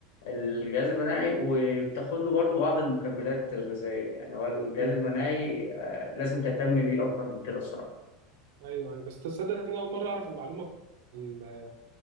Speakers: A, on the left; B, on the right.
A: الجهاز المناعي
B: مم.
A: وبتاخد له برضو بعض المكملات الغذائيه يعني هو الجهاز
B: مم.
A: المناعي آه، لازم تهتم بيه اكتر من كده الصراحه
B: ايوه ايوه بس تصدق انا اول مره اعرف المعلومه ال-